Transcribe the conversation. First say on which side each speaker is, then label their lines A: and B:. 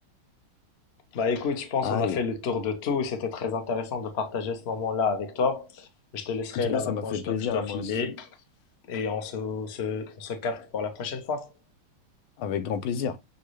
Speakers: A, on the left; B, on the left.
A: Bah écoute, je pense
B: Aïe,
A: qu'on a fait le tour de tout. C'était très intéressant de partager ce moment-là avec toi. Je te laisserai
B: En tout
A: là
B: cas, ça
A: maintenant,
B: m'a fait
A: je
B: plaisir
A: dois, je dois
B: à
A: filer
B: moi aussi.
A: et on se, se, on se capte pour la prochaine fois.
B: Avec grand plaisir.